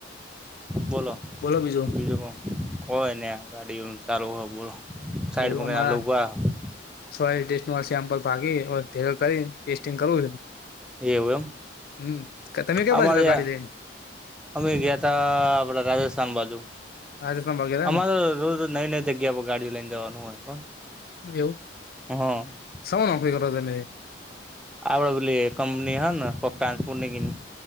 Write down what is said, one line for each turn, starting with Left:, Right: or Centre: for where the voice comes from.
Centre: બોલો
Left: બોલો બીજું
Centre: પેલા બ કોય ને ગાડી ચાલુ હો બોલો સાઈડ
Left: એવું
Centre: માં કઈને
Left: અમારા
Centre: આ લોકો ઉભા
Left: સોઈલ ટેસ્ટ સેમ્પલ ભાગી ભેગ કરીને ટેસ્ટિંગ કરવું.
Centre: એવું એમ
Left: હમ્મ તમે કે
Centre: અમારે
Left: બાજુતા ગાઢી દઈને.
Centre: અમે ગયા તા આપડા રાજસ્થાન બાજુ.
Left: રાજસ્થાન વગેરે
Centre: અમારે રોજ-રોજ નવી-નવી જગ્યા પર ગાડી લઈને જવાનું હોય પણ.
Left: એવું
Centre: હ.
Left: <unintelligible>
Centre: આપડે પેલી કંપની હ ને કપ્તાન પુણગિની.